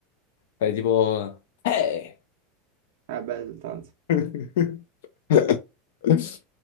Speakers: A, on the left; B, on the right.
A: Fai tipo, eh!
B: Eh, beh, esultanza.
A: <laughs> <laughs>